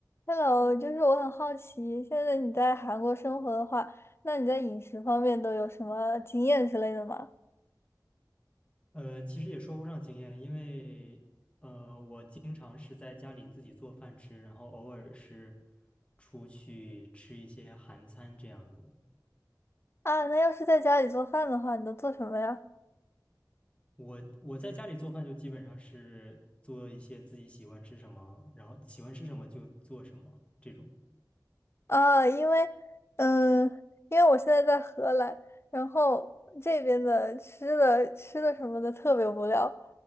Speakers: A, on the left; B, on the left.
A: Hello，就是我很好奇，现在你在韩国生活的话，那你在饮食方面都有什么经验之类的吗？
B: 呃，其实也说不上经验，因为呃，我经常是在家里自己做饭吃，然后偶尔是出去吃一些韩餐这样子的。
A: 啊，那要是在家里做饭的话，你都做什么呀？
B: 我我在家里做饭就基本上是做一些自己喜欢吃什么，然后喜欢吃什么就做什么这种。
A: 啊，因为，嗯，因为我现在在荷兰，然后这边的吃的吃的什么的特别无聊，